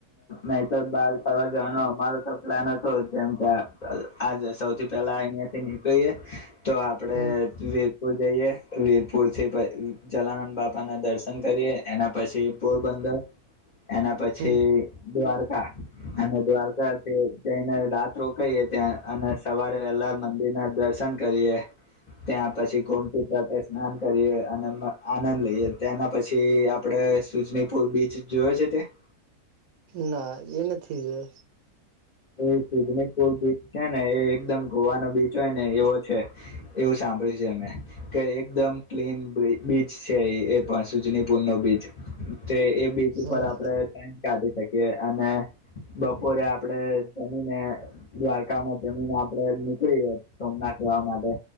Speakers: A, on the left; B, on the right.
A: નહી તો બહાર ફડવા જવાનો અમારો તો પ્લાન હતો જેમ કે આ સૌથી પહેલા અહિયાયા થી નીકળીએ તો આપણે
B: હમ
A: વીરપુર જઈએ વીરપુર થી જલારામ બાપા ના દર્શન કરીએ એના પછી પોરબંદર એના પછી
B: હમ
A: દ્વારકા અને દ્વારકાથી જઈને રાત રોકાઈએ ત્યાં અને સવારે વહેલા મંદિર ના દર્શન કરીએ ત્યાં પછી ગોમતી તટે સ્નાન કરીએ અને આનંદ લઈએ ત્યાંના પછી આપડે સુજનીપુર બીચ જોવે છે તે?
B: ના એ નથી.
A: એ સુજની પુલ બીચ છે ને એ એકદમ ગોવાનો બીચ હોય ને એવો છે એવું સાંભળ્યું છે અમે કે એકદમ ક્લીન બીચ છે એ પણ સુજની પુલ નો બીચ તે એ બીચ ઉપર
B: હા.
A: આપડણે ટાઈમ કાઢી શકીએ. કે અને બપોરે આપડે તેમમીને દ્વારકામાં જમીને આપડે નીકળી જ સોમનાથ જવા માટે.